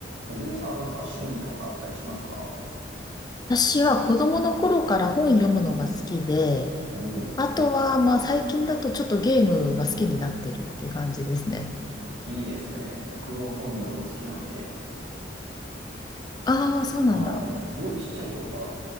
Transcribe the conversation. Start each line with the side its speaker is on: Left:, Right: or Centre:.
Right: めぐみさんはなんか趣味とかあったりしますか
Left: 私は子供の頃から本読むのが好きで、
Right: おお
Left: あとはまあ最近だとちょっとゲームが好きになってるっていう感じですね。
Right: ー、いいですね。僕も本読むの好きなんで。
Left: ああ、そうなんだ。
Right: はい。すごいちっちゃい頃か